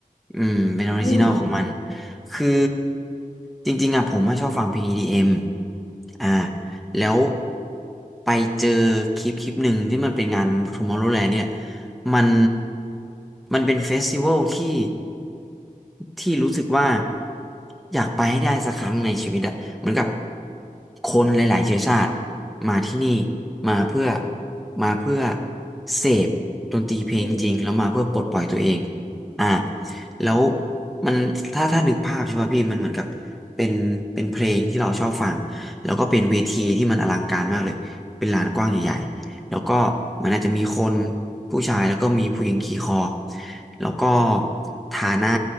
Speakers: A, in the centre; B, on the left.
A: อืมเป็นออริจินอลของมัน
B: อืม
A: คือจริงๆอ่ะผมไม่ชอบฟังเพลง EDM อมอ่าแล้วไปเจอคลิปคลิปหนึ่งที่มันเป็นงาน Tomorrowland เนี่ย มันมันเป็นเฟสติวัลที่ที่รู้สึกว่าอยากไปให้ได้สักครั้งในชีวิตอะเหมือนกับคนหลายๆเชื้อชาติมาที่นี่มาเพื่อมาเพื่อเสพดนตรีเพลงจริงแล้วมาเพื่อปลดปล่อยตัวเอง
B: อืม
A: อ่าแล้วมันถ้าถ้านึกภาพใช่ป่ะพี่มันเหมือนกับเป็นเป็นเพลงที่เราชอบฟังแล้วก็เป็นเวทีที่มันอลังการมากเลยเป็นลานกว้างใหญ่ แล้วก็มันอาจจะมีคนผู้ชายแล้วก็มีผู้หญิงขี่คอแล้วก็ทาหน้า